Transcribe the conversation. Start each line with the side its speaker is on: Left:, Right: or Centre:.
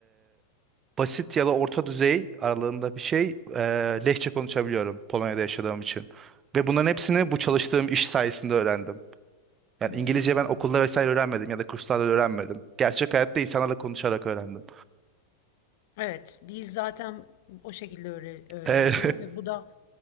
Right: basit ya da orta düzey aralığında bir şey e, Lehçe konuşabiliyorum Polonya'da yaşadığım için. Ve bunların hepsini bu çalıştığım iş sayesinde öğrendim. Yani
Left: Hmm.
Right: İngilizce ben okulda vesaire öğrenmedim ya da kurslarda da öğrenmedim. Gerçek hayatta insanlarla konuşarak öğrendim.
Left: Evet, dil zaten o şekilde öğre- öğreniliyor
Right: E,
Left: ve bu da